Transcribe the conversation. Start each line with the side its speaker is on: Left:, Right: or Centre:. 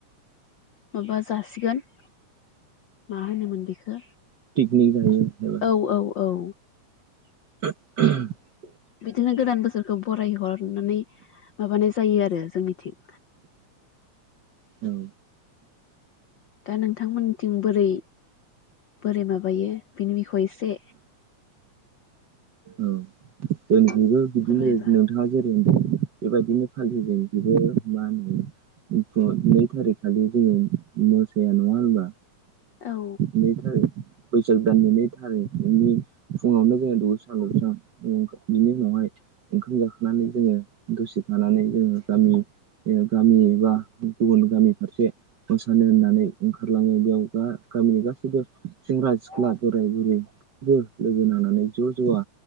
Left: माबा जासिगोन । मा होनोमोन बेखो?
Right: पिकनिक जायो एबा
Left: औ औ औ
Right: <unintelligible>
Left: बिदिनो गोदान बोसोरखौ बराय हरनानै माबानाय जायो आरो जोंनिथिं
Right: औ
Left: दा नोंथांमोनथिं बोरै बोरै माबायो बेनि खौ इसे
Right: औ जोंनिथिंबो बिदिनो
Left: फोरमायबा
Right: नोंथांङा जेरै होनदों बेबायदिनो फालियो जोंनिखिबो मा होनो <unintelligible> नै थारिख खालि जोंङो मोसाया नंङा होनबा
Left: औ
Right: म थाय <unintelligible> बैसाग दाननि नै थारिखनि फुङावनो जोङो द आलस बिनि उनावहाय ओंखाम जाखांनानै जोङो दसे थानानै जोङो गामि गामि एबा गुबुन गामि फारसे मोसानो होननानै ओंखारलाङो बेयाव दा गामिनि गासैबो सेंग्रा सिख्ला बोराय बुरैबो लोगोनांनानै ज' ज' जुवा